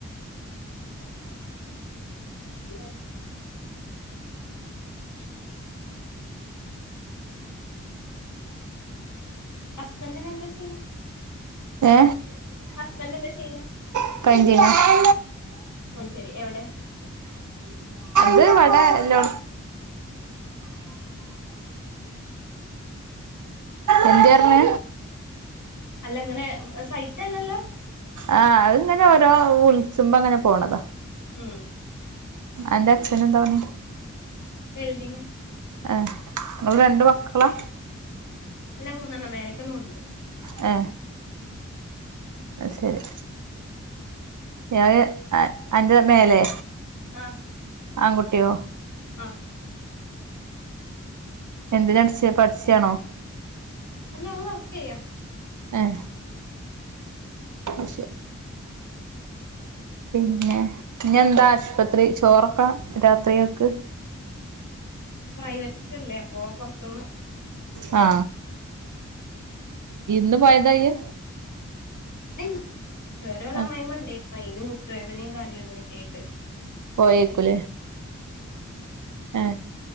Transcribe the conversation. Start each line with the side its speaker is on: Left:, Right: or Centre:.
Left: <inaudible> <unintelligible> <inaudible> ഹസ്ബന്റ് നെന്താ ചെയ്യ്
Right: ഏ
Left: ഹസ്ബന്റെന്താ ചെയ്യ്ണേ
Right: <unintelligible>
Left: അത് ശെരി എവടെ
Right: ത് ഇവടെ എല്ലോ എന്ത്യേ പർഞ്
Left: അല്ല ഇങ്ങനെ സൈറ്റല്ലല്ലോ
Right: ആ അത്ങ്ങനെ ഓരോ വിളിച്ചുമ്പങ്ങനെ പോണതാ
Left: ഉം
Right: അന്റെ അച്ഛനെന്താ പണി
Left: വെൽഡിങ്
Right: എ ങ്ങള് രണ്ട് മക്കളാ
Left: അല്ല മൂന്നെണ്ണം മേലക്കൊന്നൂടിണ്ട്
Right: ഏ അത് ശെരി ഞാന് അന്റെ മേലെ
Left: ആഹ്
Right: ആൺകുട്ട്യോ
Left: ആഹ്
Right: എന്തിന് പഠിച്ചാ പഠിച്ചാണോ
Left: അല്ല ഓൻ വർക്കെയ്യ
Right: എഹ് അത് ശെരി പിന്നെ
Left: അങ്ങനെ
Right: ഇനി എന്താ ആശ്പത്രി ചോറൊക്കെ രാത്രിക്കേക്ക്
Left: പ്രൈവറ്റ് അല്ലേ അപ്പൊ പൊർത്ത്ന്ന്
Right: ആ ഇന്ന് പോയതാ ഇയ്യ്
Left: <unintelligible> ഇത് വെരെ ഓലെ അമ്മായിമ്മണ്ടേര്ന്നു
Right: ആഹ്
Left: അയിന് മുട്ടുവേദനയും കാല് വേദനൊക്കായിട്ട്
Right: പോയേക്കൂലേ ആ